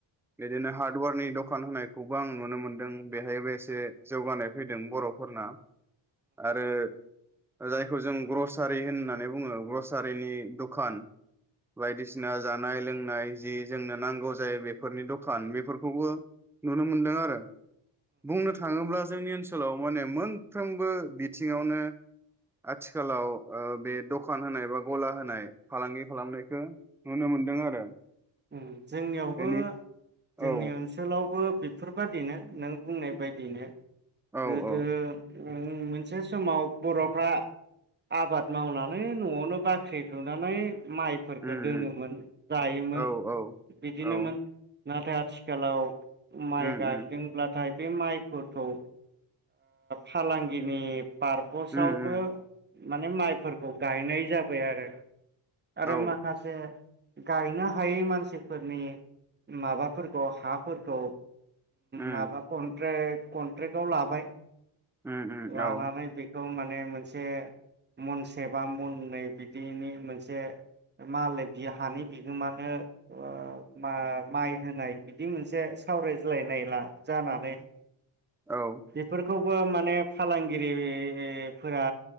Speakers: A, in the centre; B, on the right.
A: बिदिनो हार्डवारनि दख खान होनायखौबो आं नुनो मोनदों बेहायबो एसे जौगानाय फैदों बर'फोरना आरो जायखौ जों ग्रसारि होननानै बुङो ग्रसारिनि दखान बायदिसिना जानाय लों नाय जि जोंनो नांगौ जायो बेफोरनि दखान बेफोरखौबो नुनो मोनदों आरो। बुंनो थाङोब्ला जोंनि ओनसोलाव माने मोनफ्रोमबो बिथिङावनो आथिखालाव ओ बे दखान होनाय बा गला होनाय फालांगि खालामनायखो नुनो मोन्दों आरो।
B: उम जोंनियावबो
A: एनि औ
B: जोंनि ओनसोलावबो बेफोरबायादिनो नों बुंनाय बायदिनो
A: औ
B: गोदो
A: औ
B: ओम मोनसे समाव बर'फ्रा आबाद मावनानै न'आवनो बाख्रि लुनानै माइफोरखौ
A: उम
B: दोनोमोन
A: उम
B: जायोमोन।
A: औ औ
B: बिदिनोमोन।
A: औ
B: नाथाय आथिखालाव माइ
A: उम
B: गायदोंब्लाथाय
A: उम
B: बे माइफोरखौ ओ फालांगिनि पारपसावबो
A: उम उम
B: माने माइफोरखौ गायनाय जाबाय आरो। आरो
A: औ
B: माखासे गायनो हायै मान सिफोरनि माबाफोरखौ हाफोरखौ
A: उम
B: माबा कन्ट्रेक कन्ट्रेक्टआव लाबाय
A: उम उम
B: लानानै
A: औ
B: बेखौ माने मोनसे मनसे बा मननै बिदिनि मोनसे मालाय बि हानि बिगोमानो ओ मा माइ होनाय बिदि मोनसे सावरायज्लायनाय ला जानानै
A: औ
B: बेफोरखौ बो माने फालांगिरिफोरा